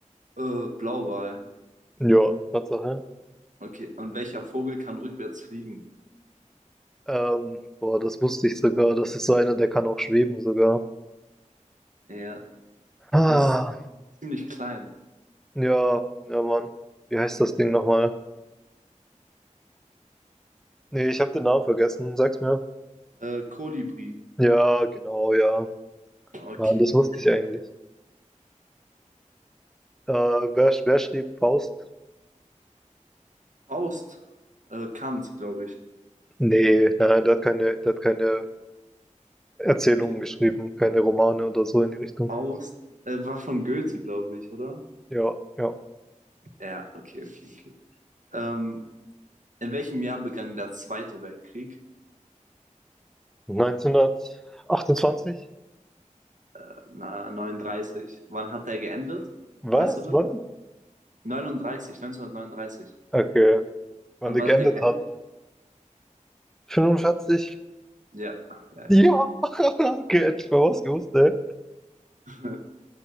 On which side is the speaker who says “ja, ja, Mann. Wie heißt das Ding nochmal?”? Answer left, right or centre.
Centre